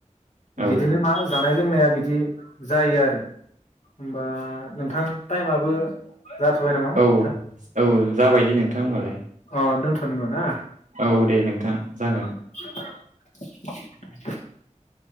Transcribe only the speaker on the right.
औ
औ
औ जाबाय दे नोंथां होमबालाय।
औ दे नोंथां।
जागोन